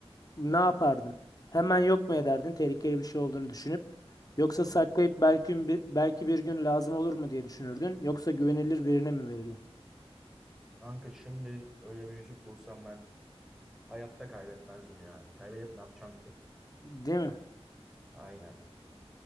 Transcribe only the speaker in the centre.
Hı hı.
Kanka şimdi öyle bir yüzük bulsam ben hayatta kaybetmezdim ya. Kaybedip ne yapacağım ki?
Aynen.